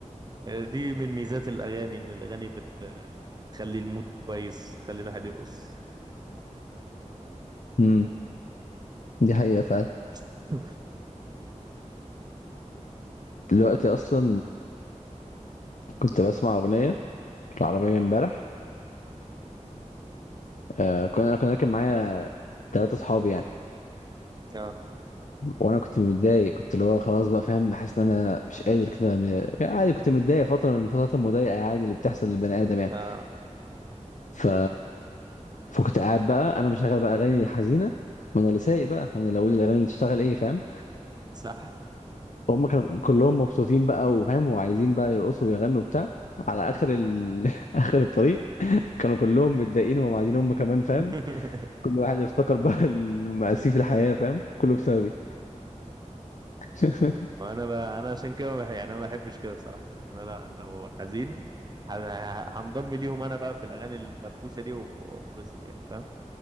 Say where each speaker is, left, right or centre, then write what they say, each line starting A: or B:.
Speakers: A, on the right (about 35°); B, on the left (about 80°).
A: آه، دي من ميزات الاغاني ان الاغاني بت- بتخلي المود كويس تخلي الواحد يرقص
B: امم دي حقيقة فعلا
A: ينبسط
B: دلوقتي اصلا كنت بسمع أغنية في العربية امبارح آه كنا كان راكب معايا ثلاثة أصحابي يعني
A: اه
B: وأنا كنت متضايق كنت اللي هو خلاص بقى فاهم حاسس إن أنا مش قادر كده م... يعني عادي كنت متضايق فترة من الفترات المضايقة عادي اللي بتحصل للبني آدم يعني
A: اه
B: ف... فكنت قاعد بقى أنا مشغل بقى أغاني حزينة ما أنا اللي سايق بقى أنا اللي أقول الأغاني اللي تشتغل إيه فاهم
A: صح
B: هم كانوا كلهم مبسوطين بقى وفاهم وعايزين بقى يرقصوا ويغنوا بتاع على آخر ال... <laughs> آخر الطريق كانوا كلهم متضايقين وهم قاعدين هم كمان فاهم
A: <laughs>
B: كل واحد يفتكر بقى <laughs> المآسي في الحياة فاهم كله بسببي <laughs>
A: وانا بقى انا عشان كده ما بح- يعني انا ما بحبش كده بصراحه انا لا لو حزين ه- ه- هنضم ليهم انا بقى في الاغاني الفرفوشه دي وانبسط يعني فاهم